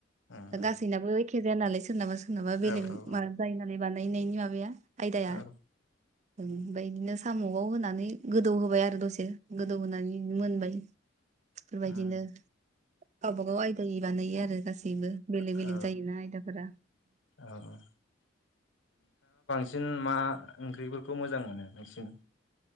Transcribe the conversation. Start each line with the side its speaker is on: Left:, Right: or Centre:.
Left: उम
Right: दा गासैनाबो एखे जाया नालाय सोरनाबा सोर नाबा बेलेग
Left: औ औ
Right: माबा जायो नालाय बानायनायनि माबाया आयदाया
Left: औ
Right: ओमफ्राय बिदिनो साम'आव होनानै गोदौ होबाय आरो दसे गोदौ होनानै मोनबाय बेफोरबायदिनो
Left: उम
Right: गावबा गाव आयदायै बानायो आरो ना गासैबो बेलेग
Left: औ
Right: बेलेग जायोना आयदाफोरा
Left: औ जों मा ओंख्रिफोरखौ मोजां मोनो नोंसि